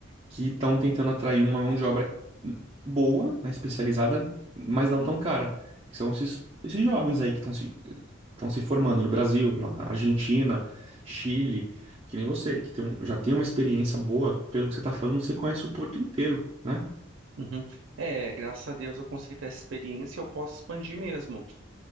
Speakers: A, on the right; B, on the right.
A: que estão tentando atrair uma mão de obra boa, né, especializada, mas
B: uhum,
A: não tão cara, que são esses, esses jovens aí que estão se estão se formando no Brasil, na Argentina, Chile, que nem você,
B: uhum,
A: que tem um- já tem uma experiência boa, pelo que você está falando, você conhece o Porto inteiro, né?
B: uhum. É, graças a Deus eu consegui ter essa experiência, eu posso expandir mesmo.